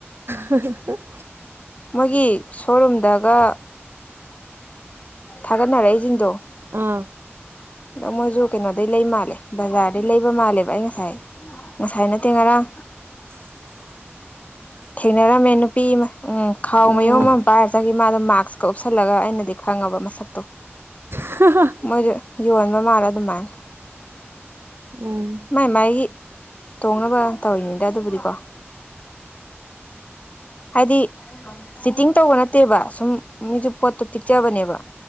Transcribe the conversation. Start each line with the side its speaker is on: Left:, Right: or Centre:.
Right: ꯍꯨꯍꯨ <unintelligible>
Left: ꯃꯣꯏꯒꯤ ꯁꯣꯔꯨꯝꯗ ꯑꯃꯥ ꯊꯥꯒꯠꯅꯔꯛꯏꯁꯤꯡꯗꯣ
Right: ꯑꯥ
Left: ꯑꯗꯪ ꯃꯣꯏꯁꯨ ꯀꯩꯅꯣꯗꯩ ꯂꯩꯕ ꯃꯥꯜꯂꯦ ꯕꯖꯥꯔꯗꯩ ꯂꯩꯕ ꯃꯥꯜꯂꯦꯕ ꯑꯩ ꯉꯁꯥꯏ ꯉꯁꯥꯏꯅ ꯅꯠꯇꯦ ꯉꯔꯥꯡ
Right: <inaudible>
Left: ꯊꯦꯡꯅꯔꯝꯃꯦ ꯅꯨꯄꯤ ꯑꯃ ꯎꯝ ꯈꯥꯎ
Right: ꯎꯝ
Left: ꯃꯌꯨꯝ ꯑꯃ ꯄꯥꯏꯔꯛꯒ ꯉꯁꯥꯏꯒꯤ ꯃꯥꯗ ꯃꯥꯛꯁꯀ ꯎꯞꯁꯜꯂꯒ ꯑꯩꯅ ꯈꯪꯉꯕ ꯃꯁꯛꯇꯣ
Right: ꯈ <inaudible>
Left: ꯃꯣꯏꯁꯨ ꯌꯣꯟꯕ ꯃꯥꯜꯂꯦ ꯑꯗꯨꯃꯥꯏꯅ
Right: ꯎꯝ
Left: ꯃꯥꯏ ꯃꯥꯏꯒꯤ ꯇꯣꯡꯅꯕ ꯇꯧꯔꯤꯅꯤꯗ ꯑꯗꯨꯕꯨꯗꯤꯀꯣ ꯍꯥꯏꯗꯤ ꯆꯤꯠꯇꯤꯡ ꯇꯧꯕ ꯅꯠꯇꯦꯕ ꯁꯨꯝ ꯃꯤꯁꯨ ꯄꯣꯠꯇꯣ ꯇꯤꯛꯆꯕꯅꯦꯕ